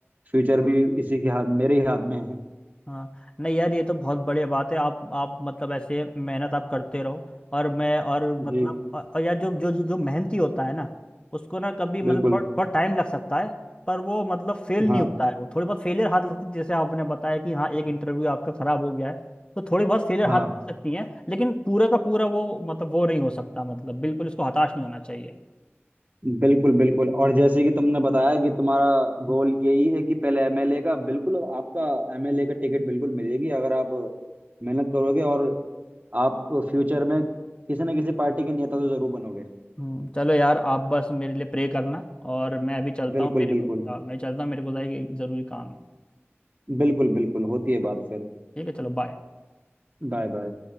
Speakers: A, on the right (about 40°); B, on the left (about 25°).
A: फ्यूचर भी इसी के हाथ मेरे ही हाथ में है
B: हाँ नहीं यार ये तो बहुत बढ़िया बात है आप आप मतलब ऐसे मेहनत आप करते रहो और मैं और मतलब
A: जी
B: और और यार जो जो जो मेहनती होता है ना उसको ना कभी मतलब
A: बिल्कुल
B: थोड़ा थोड़ा टाइम लग सकता है पर वो मतलब फेल
A: हाँ
B: नहीं होता है वो थोड़ी बहुत फेलियर हाथ लगती है जैसे आपने बताया कि हाँ एक इंटरव्यू आपका खराब हो गया है तो थोड़ी बहुत फेलियर
A: हाँ
B: हाथ लग सकती है लेकिन पूरा का पूरा वो मतलब वो नहीं हो सकता मतलब बिल्कुल इसको हताश नहीं होना चाहिए
A: बिल्कुल बिल्कुल और जैसे कि तुमने बताया कि तुम्हारा गोल
B: हम्म,
A: यही है कि पहले एमएलए का बिल्कुल आपका एमएलए का टिकट बिल्कुल मिलेगी अगर आप मेहनत करोगे और आप फ्यूचर में किसी न किसी पार्टी के नेता तो जरूर बनोगे
B: हम्म, चलो यार आप बस मेरे लिए प्रे करना और मैं अभी चलता
A: बिल्कुल
B: हूँ मेरे
A: बिल्कुल
B: को अ, मैं चलता हूँ मेरे को ज़रा एक- एक ज़रूरी काम है
A: बिल्कुल बिल्कुल होती है बात फिर
B: ठीक है चलो बाय
A: Bye bye